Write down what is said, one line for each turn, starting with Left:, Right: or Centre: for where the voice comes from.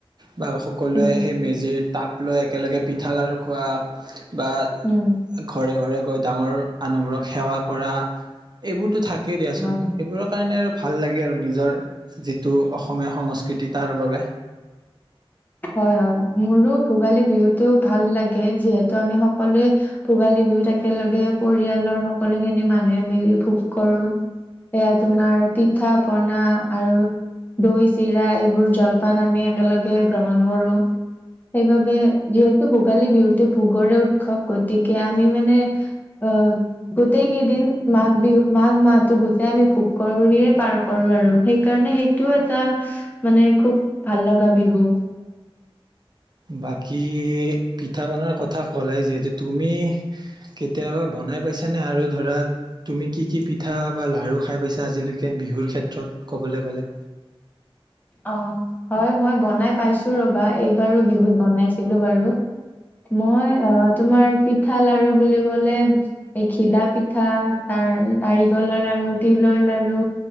Right: বা সকলোৱে
Left: উম
Right: সেই মেজিৰ তাপ লৈ একেলগে পিঠা লাড়ু খোৱা বা
Left: উম
Right: ঘৰে ঘৰে গৈ ডাঙৰ মানুহবোৰক সেৱা কৰা এইবোৰতো থা কেই দিয়াচোন
Left: হয় হয়
Right: এইবোৰৰ কাৰণে আৰু ভাল লাগে আৰু নিজৰ যিটো অসমীয়া সংস্কৃতি তাৰ বাবে
Left: হয় হয় মোৰো ভোগালী বিহুতো ভাল লাগে যিহেতু আমি সকলোৱে ভোগালী বিহুত একেলগে পৰিয়ালৰ সকলো খিনি মানুহে মিলি ভোগ কৰো সেয়া তোমাৰ পিঠা পনা আৰু দৈ চিৰা এইবোৰ জলপান আমি একেলগে গ্ৰহণ কৰো সেইবাবে যিহেতু ভোগালী বিহুটি ভোগৰে উৎসৱ গতিকে আমি মানে অহ গোটেই কেইদিন মাঘ বিহু মাঘ মাহটো গোটেই আমি ফু কৰিয়ে পাৰ কৰো আৰু সেইকাৰণে সেইটোও এটা মানে খুব ভাল লগা বিহু
Right: বাকী পিঠা বনাৰ কথা ক'লে যিহেতু তুমি কেতিয়াবা বনাই পাইছানে আৰু ধৰা তুমি কি কি পিঠা বা লাড়ু খাই পাইছা আজিলৈকে বিহুৰ ক্ষেত্ৰত ক'বলৈ গলে
Left: অ হয় মই বনাই পাইছো ৰবা এইবাৰো বিহুত বনাইছিলো বাৰু মই অ তোমাৰ পিঠা লাড়ু বুলি কলে এই ঘিলা পিঠা তাৰ নাৰিকলৰ লাড়ু তিলৰ লাড়ু